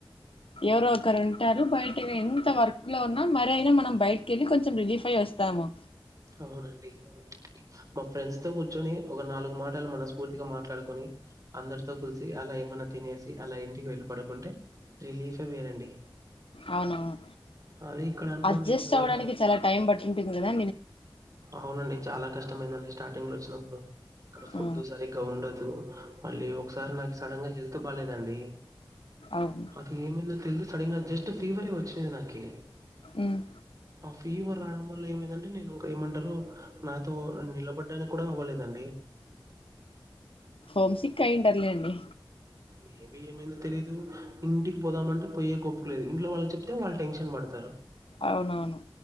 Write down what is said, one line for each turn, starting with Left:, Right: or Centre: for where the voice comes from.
Left: ఎవరో ఒకరు ఉంటారు బయట ఎంత వర్క్ లో ఉన్న మరి అయినా మనం బయటకెళ్ళి కొంచెం రిలీఫ్ అయి వస్త్ ఇస్తాము
Right: అవునండి మా ఫ్రెండ్స్ తో కూర్చొని ఒక నాలుగు మాటలు మనస్ఫూర్తిగా మాట్లాడుకొని అందరితో కుల్సి అలా ఏమన్నా తినేసి అలా ఇంటికి వెళ్ళ పడుకుంటే రిలీఫే వేరండి
Left: అవునవును
Right: అదే ఇక్కడ అనుకోండి
Left: అడ్జస్ట్
Right: ఎవరు
Left: అవ్వడానికి చాలా టైం పట్టి ఉంటుంది గదా
Right: అవునండి చాలా కష్టమైందండి స్టార్టింగ్ లో వచ్చినప్పుడు ఇక్కడ ఫుడ్
Left: ఆ
Right: సరిగ్గా ఉండదు మళ్ళీ ఒకసారి నాకు సడన్ గా హెల్త్ బాలేదండి
Left: అవును
Right: అది ఏమైందో తెలిదు సడన్ గా జస్ట్ ఫీవరే వచ్చ్ చ్చింది నాకి
Left: ఉమ్
Right: ఆ ఫీవర్ రావడం వల్ల ఏమైందంటే నేను ఇంకా ఏమంటారు నాతో నిలబడ్డానికి కూడా అవ్వలేదండి
Left: హోమ్ సిక్ అయ్యి ఉంటర్లేండి
Right: మేబీ ఏమైందో తెలీదు ఇంటికి పోదామంటే పోయ్యే కోప్పిక లేదు ఇంట్లో వాళ్ళు చెప్తే వాళ్ళు టెన్షన్ పడతారు
Left: అవునవును